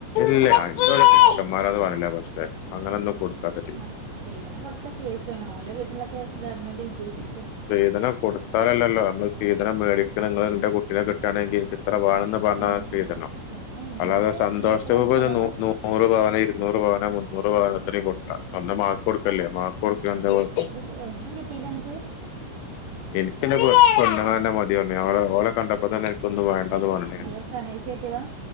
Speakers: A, on the left (about 80°); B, on the right (about 55°).
A: ഇല്ല എന്ത കിക്കന്മാരാന്ന് പറഞ്ഞില്ലേ പക്ഷേ അങ്ങനെയൊന്നും കൊടുക്കാത്ത ടീമാ
B: ആഹ് പിന്നെ സ്ത്രീധനം കൊടുത്ത കേസ് ആണ് ഓലെ വീട്ടിലൊക്കെ ഗവൺമെന്റ് വിദ്യാഭ്യ
A: സ്ത്രീധനം കൊത്താലല്ലോ നമ്മള് സ്ത്രീധനം വേടിക്ക നിങ്ങള് നിന്റെ കുട്ടീനെ കിട്ടുകയാണെങ്കി എനിക്ക് ഇത്ര വേണം
B: ഏ
A: സ്ത്രീധനം
B: പിന്നെ ഇന്റെ
A: അല്ലാതെ സന്തോഷത്തോടെ
B: വീട്ടുകാർ നല്ലോണം
A: നൂറ് പവനോ ഇരുന്നൂറ് പവനോ മുന്നൂറ് പവന്നോന് കൊടുക്കാംന്ന് മകൾക്ക് കൊടുക്കല്ലേ മകൾക്ക് കൊടുക്കാ എന്താ കുഴപ്പം
B: അത് ഒന്നും കിട്ടിയില്ല ങ്ങൾക്ക്
A: എനിക്കെൻ്റെ പെണ്ണിനെ തന്നെ മതി പറഞ്ഞ് അവ ഓളെ കണ്ടപ്പോ തന്നെ എനിക്കൊന്നും വേണ്ടന്ന് പറഞ്ഞ്
B: നിങ്ങൾ പ്രണയിച്ച് കെട്ടിയതാ